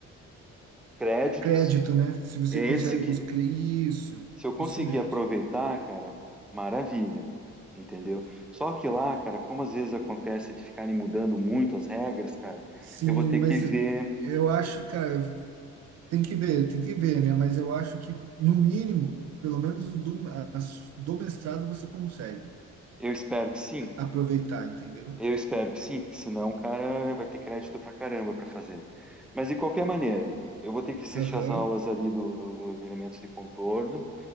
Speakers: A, in the centre; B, on the right.
A: créditos.
B: Crédito, né? Se você
A: É
B: consegue
A: esse que,
B: os cre- isso,
A: se eu conseguir
B: isso mesmo.
A: aproveitar, cara, maravilha, entendeu? Só que lá, cara, como às vezes acontece de ficarem mudando muito as regras, cara,
B: Sim,
A: eu vou ter
B: mas
A: que ver.
B: eu acho, cara, Tem que ver, tem que ver, né? Mas eu acho que, no mínimo, pelo menos o do, as- do mestrado você consegue
A: Eu espero que sim,
B: aproveitar, entendeu?
A: eu espero que sim, porque senão, cara, vai ter crédito pra caramba para fazer. Mas de qualquer maneira, eu vou ter que assistir
B: Aham,
A: as aulas ali do, do, do- de elementos de contorno.